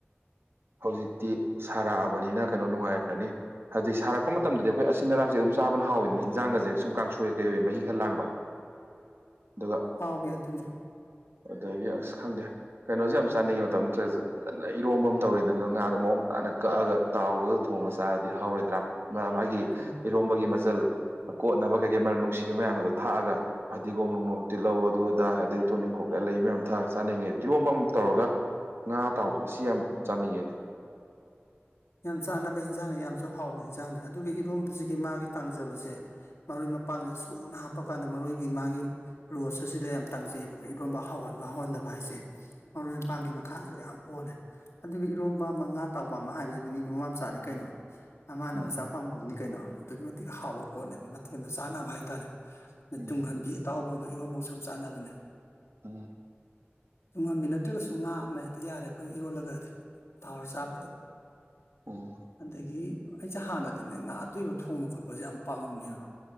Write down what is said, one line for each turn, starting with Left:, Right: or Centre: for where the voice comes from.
Right: ꯍꯧꯖꯤꯛꯇꯤ ꯁꯥꯔꯛꯑꯕꯅꯤꯅ ꯀꯩꯅꯣ ꯅꯨꯡꯉꯥꯏꯔꯅꯤ ꯍꯧꯖꯤꯛ ꯁꯥꯔꯛꯄ ꯃꯇꯝꯗꯗꯤ ꯑꯩꯈꯣꯏ ꯑꯁꯤꯟ ꯑꯔꯥꯛꯁꯦ ꯑꯗꯨꯝ ꯆꯥꯕꯅ ꯍꯥꯎꯋꯤꯅꯤꯅ ꯏꯟꯖꯥꯡꯒꯁꯦ ꯁꯨꯝ ꯀꯥꯡꯁꯣꯏ ꯀꯩꯣꯏꯦ ꯃꯍꯤ ꯈꯔ ꯂꯥꯡꯕ ꯑꯗꯨꯒ
Left: ꯑꯥꯎ ꯍꯣꯏ ꯑꯗꯨꯅꯤ
Right: ꯑꯗꯒꯤ ꯑꯁ ꯈꯪꯗꯦ ꯀꯩꯅꯣꯁꯦ ꯌꯥꯝ ꯆꯥꯅꯤꯡꯉꯤ ꯃꯇꯝ ꯅꯠꯇ꯭ꯔꯒꯁꯨ ꯐꯖꯅ ꯏꯔꯣꯝꯕ ꯑꯃ ꯇꯧꯔꯤꯗꯅ ꯉꯥꯗꯣ ꯃꯑꯣꯡ ꯇꯥꯅ ꯀꯛꯑꯒ ꯇꯥꯎꯔꯒ ꯊꯣꯡꯉ ꯆꯥꯔꯗꯤ ꯍꯧꯔꯣꯏꯗ꯭ꯔꯥ ꯃꯥꯒꯤ
Left: ꯎꯝ
Right: ꯏꯔꯣꯝꯕꯒꯤ ꯆꯜ ꯀꯣꯠꯅꯕ ꯀꯩ ꯀꯩ ꯃꯔ ꯅꯨꯡꯁꯤꯕ ꯃꯌꯥꯝꯒꯗꯣ ꯊꯥꯛꯑꯒ ꯐꯗꯤꯒꯣꯝ ꯅꯨꯡꯂꯣꯝ ꯇꯤꯜꯍꯧ ꯑꯗꯨ ꯑꯗꯥ ꯑꯗꯩ ꯇꯣꯅꯤꯡꯣꯛ ꯂꯩ ꯃꯌꯥꯝ ꯊꯥꯔꯒ ꯆꯥꯅꯤꯡꯉꯦꯗꯤ ꯏꯔꯣꯝꯕ ꯇꯧꯔꯒ ꯉꯥ ꯇꯥꯕꯗ ꯑꯁꯤ ꯌꯥꯝ ꯆꯥꯅꯤꯡꯉꯦꯗꯤ
Left: ꯌꯥꯝ ꯆꯥꯅꯕ ꯍꯟꯁꯥꯡꯗ ꯌꯥꯝꯁꯨ ꯍꯥꯎꯕ ꯍꯤꯟꯁꯥꯡ ꯍꯛꯆꯥꯡꯅꯤ ꯑꯗꯨꯒ ꯏꯔꯣꯝꯕꯁꯤꯒꯤ ꯃꯥꯒꯤ ꯇꯥꯡꯖꯕꯁꯦ ꯃꯔꯣꯏ ꯃꯄꯥꯡꯁꯦ ꯁꯨꯅ ꯍꯥꯞꯄꯀꯥꯟꯗ ꯃꯔꯣꯏꯒꯤ ꯃꯥꯒꯤ ꯔꯣꯁ ꯑꯁꯤꯗ ꯌꯥꯝ ꯇꯥꯡꯖꯩꯑꯕꯀꯣ ꯏꯔꯣꯝꯕ ꯍꯥꯎꯍꯟꯕ ꯍꯥꯎꯍꯟꯗꯕ ꯍꯥꯏꯁꯦ ꯃꯔꯣꯏ ꯃꯄꯥꯡꯒꯤ ꯃꯈꯥꯁꯨ ꯌꯥꯝ ꯄꯣꯜꯂꯦ ꯑꯗꯨꯒ ꯏꯔꯣꯝꯕ ꯑꯃ ꯉꯥ ꯇꯥꯎꯕ ꯑꯃ ꯍꯥꯏꯕꯁꯤꯗꯤ ꯃꯤ ꯃꯃꯥ ꯃꯆꯥꯅꯤ ꯀꯩꯅꯣ ꯃꯃꯥꯅ
Right: ꯎꯝ
Left: ꯃꯆꯥ ꯄꯥꯝꯒꯨꯝꯅꯤ ꯀꯩꯅꯣ ꯑꯗꯨꯛꯀꯤ ꯃꯇꯤꯛ ꯍꯥꯎꯕ ꯄꯣꯠꯅꯦꯕ ꯃꯊꯦꯜꯅ ꯆꯥꯅꯕ ꯍꯥꯏꯇꯥꯔꯦ ꯅ
Right: ꯎꯝ
Left: ꯇꯨꯡꯍꯟꯗꯤ ꯑꯇꯥꯎꯕꯒꯨꯝꯗ ꯏꯔꯣꯟꯕ ꯑꯗꯨ ꯆꯥꯟꯅꯕꯅꯦ
Right: ꯍꯝ
Left: ꯇꯨꯡꯉꯝꯃꯤ ꯅꯠꯇ꯭ꯔꯒꯁꯨ ꯉꯥ ꯑꯃ ꯍꯦꯛꯇ ꯌꯥꯔꯦ ꯑꯩꯈꯣꯏ ꯏꯔꯣꯜꯂꯒꯗꯤ ꯇꯥꯋꯔ ꯆꯥꯕꯗ
Right: ꯎꯝ
Left: ꯑꯗꯒꯤ ꯑꯩꯁꯦ ꯍꯥꯟꯅꯗꯤꯅꯦ ꯉꯥ ꯑꯇꯏꯕ ꯊꯣꯡꯕ ꯈꯣꯠꯄꯁꯦ ꯌꯥꯝ ꯄꯥꯝꯂꯝꯝꯃꯦꯕ